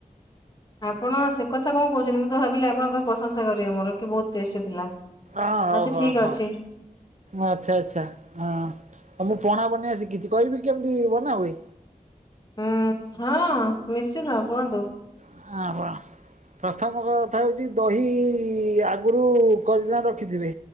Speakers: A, on the left; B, on the right.
A: ଆପଣ ସେ କଥା କଣ କହୁଚନ୍ତି? ମୁଁ ତ ଭାବିଲି ଆପଣଙ୍କ ପ୍ରଶଂସା କରିବେ ମୋର କି ବହୁତ ଟେଷ୍ଟି ଥିଲା।
B: ଆ ହଉ
A: ଆଚ୍ଛା
B: ହଁ
A: ଠିକ
B: ହଁ।
A: ଅଛି
B: ଆଚ୍ଛା ଆଚ୍ଛା ହଁ ତ ମୁଁ ପଣା ବନେଇଆ ଶିଖିଚି କହିବି କେମିତି ବନା ହୁଏ।
A: ହୁଁ ହଁ ନିଶ୍ଚନ୍ତ କୁହନ୍ତୁ।
B: <unintelligible> ପ୍ରଥମ କଥା ହଉଚି ଦହି ଆଗରୁ କରିକିନା ରଖିଥିବେ।